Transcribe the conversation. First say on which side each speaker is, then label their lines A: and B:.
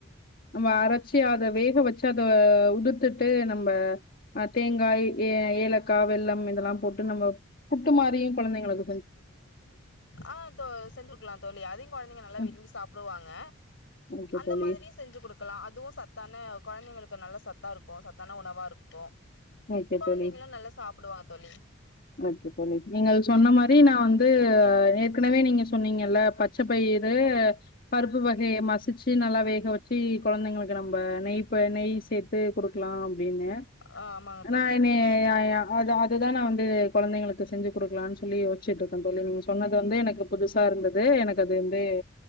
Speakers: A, on the left; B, on the left.
A: நம்ம அரைச்சி அத வேக வச்சு அத உதுத்துட்டு நம்ம தேங்காய் ஏலக்கா வெள்ளம் இதெல்லாம் போட்டு நம்ம புட் ட்டு மாறிம் குழந்தைகளுக்
B: ஆ தோ செஞ்ச கொடுக்கலாம் தோழி அதையும் குழந்தைங்க நல்லா விரும்பி
A: ம்.
B: சாப்புடுவாங்க
A: ஓகே
B: அந்த
A: தோழி
B: மாதிரியும் செஞ்சு கொடுக்கலாம் அதுவும் சத்தான குழந்தைங்களுக்கு நல்லா சத்தா இருக்கும் சத்தான உணவா இருக்கும்
A: ஓகே
B: குழந்தைங்களும்
A: தோழி
B: நல்லா சாப்புடுவாங்க தோழி
A: ஓகே தோழி நீங்கள் சொன்ன மாரி நான் வந்து து ஏற்கனவே நீங்க சொன்னீங்கல்ல பச்சை பயுறு பருப்பு வகய மசிச் <unintelligible> நல்லா வேக வச்சு குழந்தைங்களுக்கு நம்ம நெய் நெய் சேர்த்து கொடு க்கலாம் அப்படின்னு
B: ஆ ஆமாங்க
A: ஆனா
B: தோழி
A: என்னய யா ய அது அதுதானே நா வந் து குழந்தைளுக்கு செஞ்சி கொடுக்கலானு சொல் சொல்லி யோசிச்சுட்டு இருக்கேன் தோழி நீங்க சொன்னது வந்து எனக்கு புதுசா இருந்தது எனக்கு அது வந்து